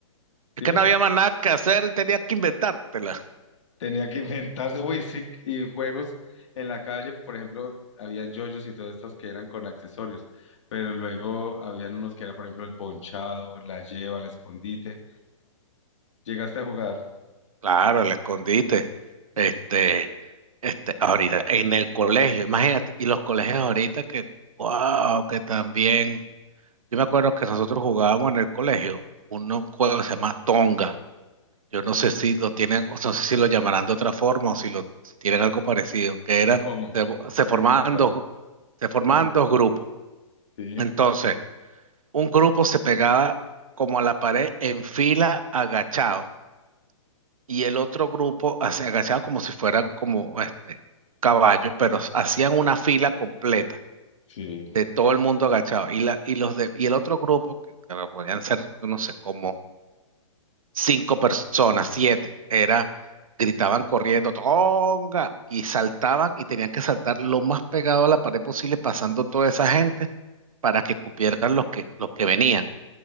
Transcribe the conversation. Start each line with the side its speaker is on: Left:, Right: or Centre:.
Right: es
Left: Dime.
Right: que no había más nada que hacer, y tenía que inventártela.
Left: Tenía que inventarse, uy, sí, y juegos en la calle, por ejemplo, habían yoyos y todas estas que eran con accesorios, pero luego habían unos que era, por ejemplo, el ponchado, la lleva, el escondite. ¿Llegaste a jugar?
Right: Claro, el escondite. Este, este, ahorita, en el colegio, imagínate, y los colegios ahorita que, wow, que también. Yo me acuerdo que nosotros jugábamos en el colegio un un juego que se llama Tonga. Yo no sé si lo tienen, o sea, no sé si lo llamarán de otra forma o si lo si tienen algo parecido, que era,
Left: ¿Y cómo?
Right: se, se
Left: ¿De
Right: formaban
Left: qué trataba?
Right: dos, se formaban
Left: Sí,
Right: dos grupos.
Left: sí,
Right: Entonces, un grupo se pegaba como a la pared en fila agachado y el otro grupo hacía- agachado como si fuera como este caballo, pero hacían una fila completa
Left: sí.
Right: de todo el mundo agachado y la y los de y el otro grupo que claro, podían ser no sé como cinco personas, siete, era gritaban corriendo tonga y saltaban y tenían que saltar lo más pegado a la pared posible pasando toda esa gente para que cupieran los que los que venían.